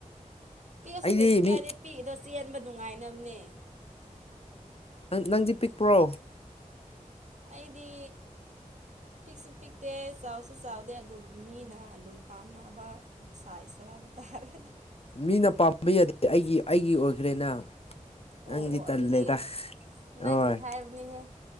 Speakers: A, on the right; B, on the left.
A: ꯄꯤꯛꯑꯁꯨ
B: ꯑꯩꯗꯤ
A: ꯀꯩꯁꯨ ꯀꯥꯏꯗꯦ
B: ꯃꯤ
A: ꯄꯤꯛꯏꯗꯣ ꯆꯦꯟꯕ ꯅꯨꯡꯉꯥꯏꯅꯕꯅꯦ
B: ꯅꯪ ꯅꯪꯗꯤ ꯄꯤꯛꯄ꯭ꯔꯣ
A: ꯑꯩꯗꯤ ꯄꯤꯛꯁꯨ ꯄꯤꯛꯇꯦ ꯆꯥꯎꯁꯨ ꯆꯥꯎꯗꯦ ꯑꯗꯨꯝ ꯃꯤꯅ ꯑꯗꯨꯝ ꯄꯥꯝꯅꯕ ꯁꯥꯏꯇꯣ ꯍꯥꯏꯕ ꯇꯥꯔꯦ
B: ꯃꯤꯅ ꯄꯥꯝꯕ ꯌꯥꯗꯦ ꯑꯩꯒꯤ ꯑꯩꯒꯤ ꯑꯣꯏꯈ꯭ꯔꯦꯅ ꯅꯪꯗꯤ
A: ꯑꯣ ꯑꯣ
B: ꯇꯜꯂꯦꯗ
A: ꯑꯗꯨꯗꯤ ꯅꯪꯒꯤ
B: ꯍꯣꯏ
A: ꯍꯥꯏꯕꯅꯤꯍꯦ